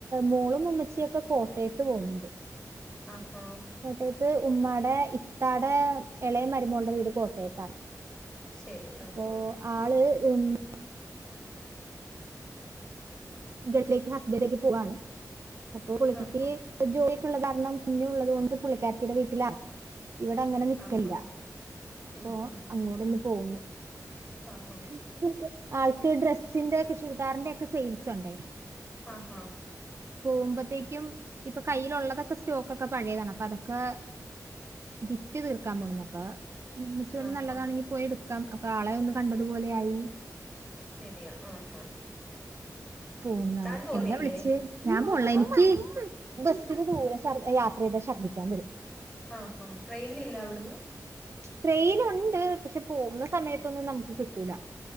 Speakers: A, on the right; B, on the left.
A: മോളും ഉമ്മച്ചിയൊക്കെ കോട്ടയത്ത് പോകുന്നുണ്ട്
B: ആ ഹാ
A: കോട്ടയത്ത് ഉമ്മാടെ ഇത്താടെ എളയ മരുമോളുടെ വീട് കോട്ടയത്താണ്
B: ശെരി
A: അപ്പൊ
B: ആ ആ
A: <unintelligible> ഗൾഫിലേക്ക് ഹസ്ബന്റ് പോവാണ് അപ്പൊ പുള്ളിക്കാരത്തി
B: ആഹാ
A: ജോലിക്കൊള്ള കാരണം കുഞ്ഞും ഉള്ളത്കൊണ്ട് പുള്ളിക്കാര തിടെ വീട്ടിലാ ഇവിടെ അങ്ങനെ നിക്കല്ല
B: ആഹാ
A: അപ്പൊ
B: ഉം ഉം
A: അങ്ങോട്ടൊന്ന് പോന്നു
B: ആഹാ
A: ക്കെ ആൾക്ക് ഡ്രസ്സിന്റെക്കെ ചുരിദാറിന്റെക്കെ സെയിൽ സണ്ടേ
B: ആ ഹാ
A: പോകുമ്പോത്തേക്കും ഇപ്പൊ കയ്യിലുള്ളതൊക്കെ സ്റ്റോക്കൊക്കെ പഴയതാണ് അപ്പൊ അതൊക്കെ വിറ്റ് തീർക്കാൻ പോണുന്നപ്പ ഉമ്മച്ചി പറഞ്ഞു
B: ആഹാ
A: നല്ലതാണെങ്കി പോയി എടുക്കാം ഇപ്പൊ ആളെ ഒന്ന് കണ്ടതുപോലെആയി
B: ശരിയാ ആഹാ
A: പോണ് നാളെ
B: താൻ പോന്നില്ലേ
A: എന്നാ വിളിച്ച് ഞാൻ പോണില്ല
B: ആഹ്
A: എനിക്ക് ബസ്സിന് ദൂരെ ശ യാത്ര ചെയ്താൽ ശർദ്ദിക്കാൻ വരും
B: ആഹാ ട്രെയിന ഇല്ല അവിടന്ന്
A: ട്രെയിൻ ഉണ്ട് പക്ഷെ പോകുന്ന സമയത്തൊന്നും നമുക്ക് കിട്ടൂല